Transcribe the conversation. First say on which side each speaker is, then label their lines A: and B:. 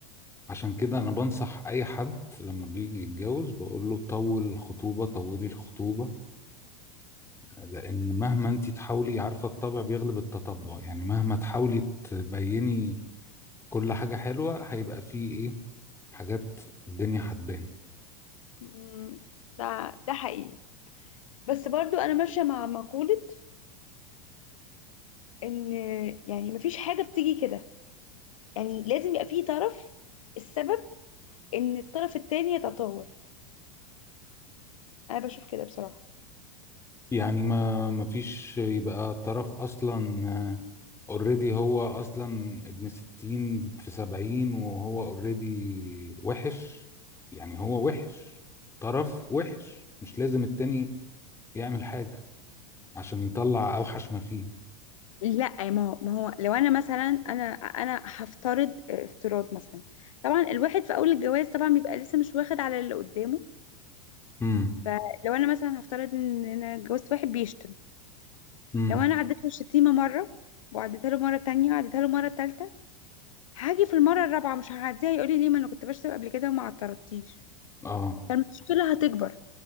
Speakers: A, on the left (about 15°); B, on the left (about 75°).
A: عشان كده أنا بنصح أي حد لما بيجي يتجوز بقول له طول الخطوبة طولي الخطوبة لأن مهما أنت تحاولي عارفة الطبع بيغلب التطبع يعني مهما تحاولي تبيني كل حاجة حلوة هيبقى فيه إيه حاجات الدنيا هتبان
B: مم، ده ده حقيقي بس برضو انا ماشيه مع مقوله ان يعني مفيش حاجه بتيجي كده يعني لازم يبقى في طرف السبب ان الطرف التاني يتطاول انا بشوف كده بصراحه
A: يعني ما مفيش يبقى طرف أصلا اوريدي هو اصلا ابن ستين في سبعين وهو اوريدي وحش يعني هو وحش طرف وحش مش لازم التاني يعمل حاجة عشان يطلع اوحش ما فيه
B: لا ما هو ما هو لو انا مثلا انا انا هفترض افتراض مثلا طبعا الواحد في اول الجواز طبعا بيبقى لسه مش واخد على اللي قدامه
A: امم
B: فلو انا مثلا هفترض ان انا اتجوزت واحد بيشتم
A: امم
B: لو انا عديت له الشتيمه مره وعديتها له مره تانية وعديتها له مره تالتة هاجي في المره الرابعه مش هعديها يقول لي ليه ما انا كنت بشتم قبل كده وما اعترضتيش
A: اه
B: فالمشكلة هتكبر